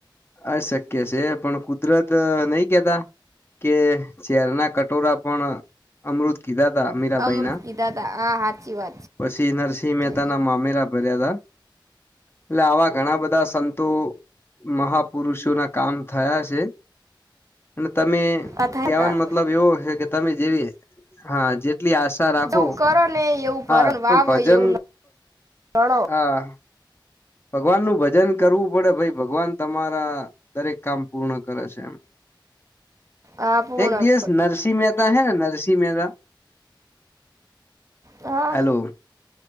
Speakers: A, on the left (about 30°); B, on the right (about 40°).
A: અશક્ય છે પણ કુદરત નહી કેતા કે ઝેર ના કટોરા પણ અમૃત કીધા હતા અ મીરાબાઇના
B: અમૃત કીધા હતા આ સાચી વાત
A: પછી નરસિંહ મહેતાના
B: છે
A: મામેરા ભર્યાતા એટલે આવા ઘણા બધા સંતો મહાપુરુષો ના કામ થયા છે અને તમે
B: આ થયા
A: કેવાનો
B: હતા
A: મતલબ એવુ હે કે તમે જેવી હા જેટલી આ તા રાખો
B: જેવું કરો ને એવું
A: હા
B: ભરો ને
A: પણ
B: વાવો
A: ભજન
B: એવું લણો
A: હા ભગવાન નું ભજન કરવું પડે ભાઈ ભગવાન તમારા દરેક કામ પૂર્ણ કરે છે એમ
B: હા પૂર્ણ
A: એક દિવસ
B: કરો.
A: નરસિંહ મ મહેતા હૈ નરસિંહ મહેતા
B: હા
A: હેલો